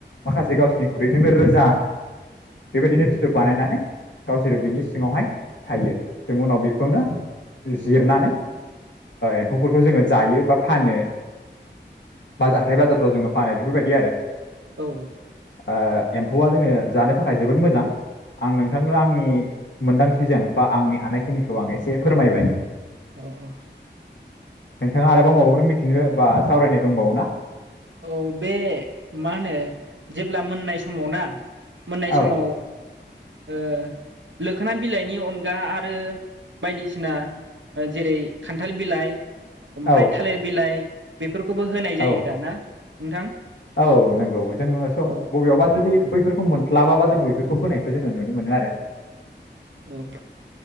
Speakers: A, on the left; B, on the right.
A: माखासे गावसोरनि खुदैजोंनो रोजा बेबायदिनो फिथोब बानायनानै गावसोरो बिनि सिङावहाय थायो जों उनाव बे खौनो जिरनानै एम्फौफोरखौ जोङो जायो बा फानो बाजार हाथाय बाजार फोराव जोंङो फानो बेफोरबायदि आरो।
B: औ
A: ओ एम्फौआ जोङो जानो थाखाय जोबोद मोजां। आं नोंथांनो आंनि मोनदां थिजों बा आंनि हानायखिनिखौ आं एसे फोरमायबाय
B: अ अ
A: नोंथाङा आरोबाव माबाफोर मिथिनो बा सावरायनो दंबावोना?
B: औ बे मा होनो जेब्ला मोननाय समाव ना? मोननाय
A: औ
B: समाव ओ लोखोना बिलाइनि अनगा आरो बायदिसिना ओ जेरै खान्थाल बिलाइ ओमफ्राय
A: औ
B: थालिर बिलाइ बेफोरखौबो होनाय
A: औ
B: जायो दाना नोंथां
A: औ नंगौ जोङो स
B: औ
A: बबेयावबा जुदि बैफोर सम मोस्लाबाबा जोङो बेफोर खौ होनायखौ जोङो नुनो मोनो आरो
B: ओं